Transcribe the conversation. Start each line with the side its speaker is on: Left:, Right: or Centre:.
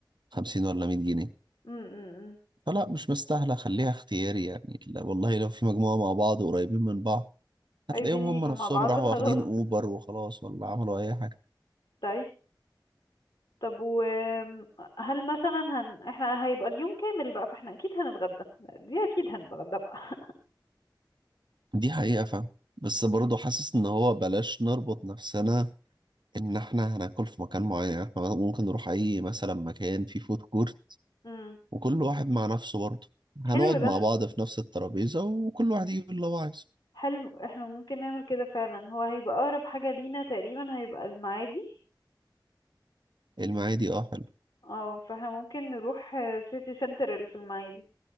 Right: 50 ولا 100 جنيه
Left: م- م- م.
Right: فلا مش مستاهلة خليها اختياري يعني لا والله لو في مجموعة مع بعض قريبين من بعض
Left: عايزين
Right: هتلاقيهم هم
Left: يجوا
Right: نفسهم
Left: مع بعض
Right: راحوا
Left: <laughs>
Right: واخدين
Left: خلاص
Right: اوبر وخلاص ولا عملوا اي حاجه
Left: طيب طب و هل مثلا هن... احنا هيبقى اليوم كامل بقى فاحنا اكيد هنتغدى دي اكيد هنتغدى بقى <laughs>
Right: دي حقيقه فاهم بس برضه حاسس ان هو بلاش نربط نفسنا ان احنا هناكل في مكان معين يعني احنا ممكن نروح اي مثلا مكان فيه فود كورت
Left: امم
Right: وكل واحد مع نفسه برضه هنقعد
Left: حلو ده
Right: مع بعض في نفس الترابيزه وكل واحد يجيب اللي هو عايزه
Left: حلو احنا ممكن نعمل كده فعلا هو هيبقى اقرب حاجة لينا تقريبا هيبقى المعادي
Right: المعادي اه حلو
Left: اه فاحنا ممكن نروح سيتي سنتر اللي في المعادي